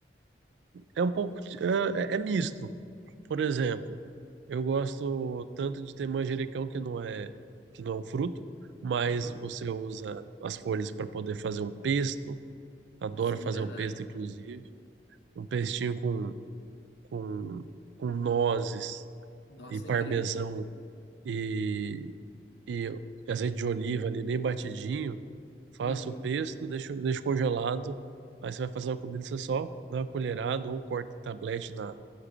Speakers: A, on the right; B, on the left.
A: é um pouco, de- é, é é misto. Por exemplo, eu gosto tanto de ter manjericão que não é que não é um fruto, mas
B: Uhum.
A: você usa as folhas para poder fazer um pesto. Adoro
B: Sim,
A: fazer
B: verdade.
A: um pesto, inclusive, um pestinho com com, com nozes
B: Nossa,
A: e parmesão
B: incrível.
A: e, e azeite de oliva ali bem batidinho. Faça
B: Uhum.
A: o pesto, deixo, deixo congelado. Aí você vai fazer a comida, você só dá uma colherada ou corta em tablete na,